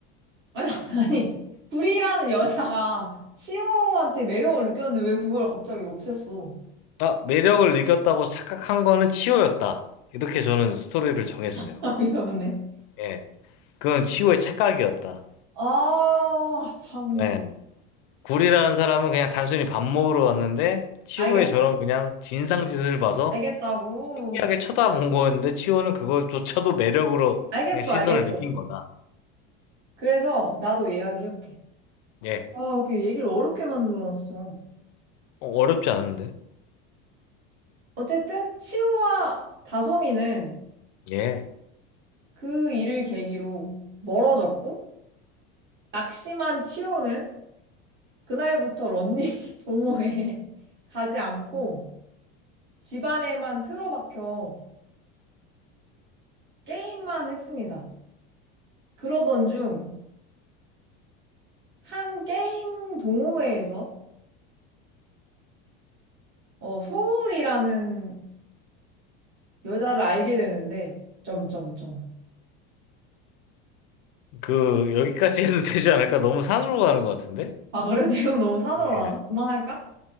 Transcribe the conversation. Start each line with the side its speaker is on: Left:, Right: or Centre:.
Right: 아니, 아니. 구리라는 여자가 치호한테 매력을 느꼈는데 왜 그걸 갑자기 없앴어?
Left: 아, 매력을 느꼈다고 착각한 거는 치호였다. 이렇게 저는 스토리를 정했어요.
Right: <laughs> 아, 이없네
Left: 예. 그건 치호의 착각이었다.
Right: 아, 참나.
Left: 예. 굴이라는 사람은 그냥 단순히 밥 먹으러 왔는데 치호의
Right: 알겠어.
Left: 저런 그냥 진상짓을 봐서
Right: 알겠다고.
Left: 신기하게 쳐다본 거였는데 치호는 그것조차도 매력으로
Right: 알겠어,
Left: 그냥 시선을
Right: 알겠어.
Left: 느낀 거다.
Right: 그래서 나도 이야기해볼게.
Left: 예.
Right: 아, 이렇게 얘기를 어렵게 만들어놨어.
Left: 어, 어렵지 않은데?
Right: 어쨌든, 치호와 다솜이는
Left: 예.
Right: 그 일을 계기로 멀어졌고, 낙심한 치호는 그날부터 런닝 <laughs> 동호회에 <laughs> 가지 않고, 집안에만 틀어박혀 게임만 했습니다. 그러던 중, 한 게임 동호회에서 어, 서울이라는 여자를 알게 되는데, 점점점.
Left: 그 여기까지 해도 되지 않을까? 너무 산으로 가는 것 같은데?
Right: 아, 그래? <laughs> 내용 너무 산으로
Left: 예.
Right: 가나? 그만할까?